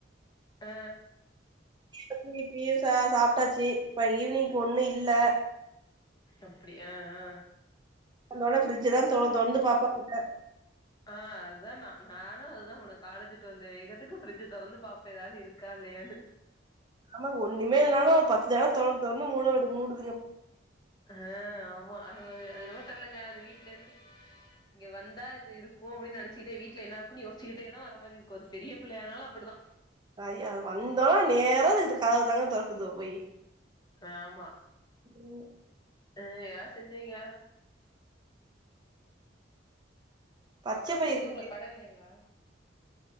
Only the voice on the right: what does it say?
அப்பயு இப்பயு சா சாப்பிட்டாச்சு இப்ப ஈவினிங்க்கு ஒண்ணு இல்ல
அதனால ஃபிரிட்ஜ்ய தா
தொறந்து தொறந்து பாப்பா ங்க
ஆமாங்க ஒண்ணுமே இல்னாலு பத்து தடவ தொறந்து தொறந்து மூட வேண்டி மூடுதுங்க
அய்யோ அது வந்தோனா நேரா அதுக்கு கதவ தாங்க தொறக்குதுக போயி
ம்
பச்ச
பயிறு
இருக்கு